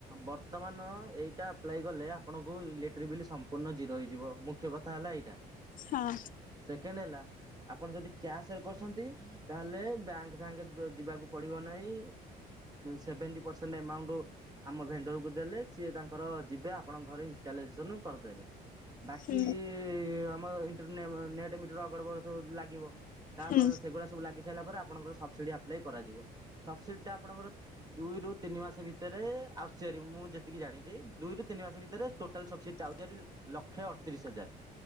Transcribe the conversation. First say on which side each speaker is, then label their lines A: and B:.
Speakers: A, on the right; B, on the left.
A: ବର୍ତ୍ତମାନ ଏଇଟା ଆପ୍ଲାଇ କଲେ ଆପଣଙ୍କୁ ଆଉ ଇଲେଟ୍ର ବିଲ୍ ସମ୍ପୂର୍ଣ୍ଣ ଜିରୋ ହେଇଯିବ ମୁଖ୍ୟ କଥା ହେଲା ଏଇଟା।
B: ହଁ।
A: ସେକେଣ୍ଡ ହେଲା ଆପଣ ଯଦି କ୍ୟାସରେ କରିଛନ୍ତି? ତାହେଲେ ବ୍ୟାଙ୍କ ଫ୍ୟାଙ୍କ ଯିବାକୁ ପଡିବ ନାହିଁ ସେଭେଣ୍ଟି ପରସେଣ୍ଟ ଏମାଉଣ୍ଟ ଆମ ଭେଣ୍ଡରକୁ ଦେଲେ ସିଏ ତାଙ୍କର ଯିବେ ଆପଣଙ୍କ ଘରେ ଇଁ ଇନଷ୍ଟାଲାଇଜେସନ କରିଦେବେ ବାକି
B: ହୁଁ
A: ଆମ ଇନ୍ ଟ ମିଟର ଅଗଡ ବଗଡ଼ ସବୁ ଲାଗିବ ତାପରେ
B: ହୁଁ
A: ସେଗୁଡା ସବୁ ଲାଗି ପରେ ଆପଣଙ୍କର ସବସିଡି ଆପ୍ଲାଏ କରାଯିବ ସବସିଡି ଟା ଆପଣଙ୍କର ଦୁଇରୁ ତିନି ମାସ ଭିତରେ ଆସୁଛି ଭାରି ମୁଁ ଯେତିକି ଜାଣିଛି ଦୁଇରୁ ତିନି ମାସ ଭିତରେ ଟୋଟାଲ ସବସିଡିଡା ଆସୁଛି ଭାରି ଲକ୍ଷେ ଅଠତିରିଶ ହଜାର।